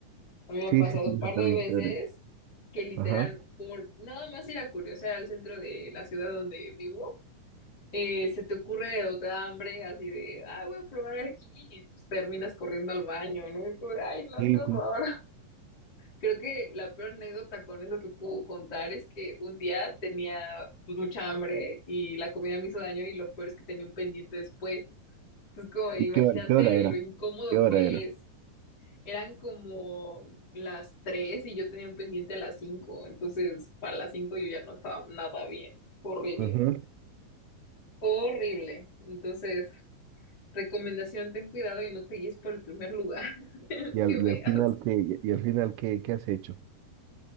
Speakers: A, on the left; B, on the right.
A: A mí me
B: Sí,
A: ha pasado
B: sí, sí,
A: un par
B: eso también
A: de veces
B: te daré.
A: que literal,
B: Ajá.
A: por nada más ir a curiosear al centro de la ciudad donde vivo, eh, se te ocurre otra hambre así de, ah, voy a probar aquí y pues terminas corriendo al baño, ¿no? Y tú, ay, no,
B: Sí,
A: qué horror.
B: sí.
A: Creo que la peor anécdota con eso que puedo contar es que un día tenía pues, mucha hambre y la comida me hizo daño y lo peor es que tenía un pendiente después. Entonces, como imagínate
B: ¿Y qué hora, qué hora era?
A: lo incómodo
B: ¿Qué hora
A: que
B: era?
A: es. Eran como las tres y yo tenía un pendiente a las cinco. Entonces, para las cinco yo ya no estaba nada bien. Horrible,
B: Ujú.
A: horrible. Entonces, recomendación, ten cuidado y no te guíes por el primer lugar <laughs>
B: Y al,
A: que veas.
B: y al final, ¿qué, y al final qué, qué has hecho?